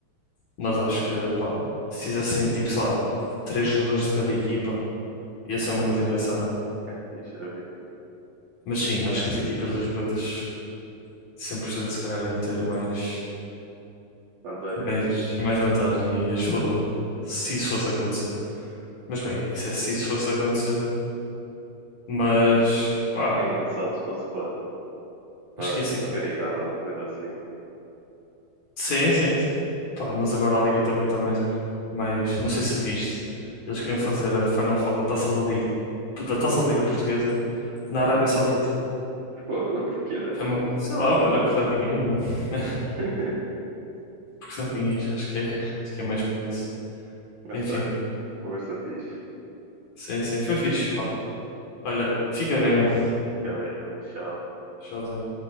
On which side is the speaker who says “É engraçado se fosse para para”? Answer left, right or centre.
Right